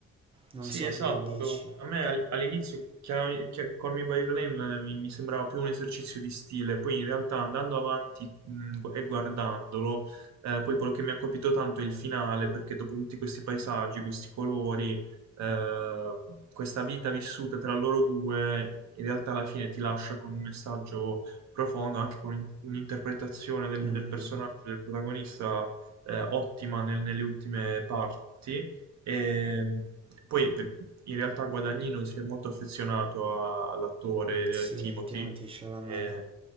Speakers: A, on the right (about 20°); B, on the right (about 70°).
A: Non
B: Sì,
A: so,
B: esatto.
A: tu che dici?
B: A me al- all'inizio chiamami, chia- Call Me by Your Name eh, mi, mi sembrava più un esercizio di stile, poi in realtà andando avanti mh, gu- e guardandolo, eh, poi quello che mi ha colpito tanto è il finale, perché dopo tutti questi paesaggi, questi colori, eh, questa vita vissuta tra loro due, in realtà alla fine ti lascia con un messaggio profondo, anche con un- un'interpretazione del,
A: Mm-mm.
B: del personaggio, del protagonista, eh, ottima nel- nelle ultime parti. E, mh, poi v- in realtà Guadagnino si è molto affezionato a- all'attore
A: Sì,
B: eh, Timothy
A: a Timothée Chalamet.
B: eh,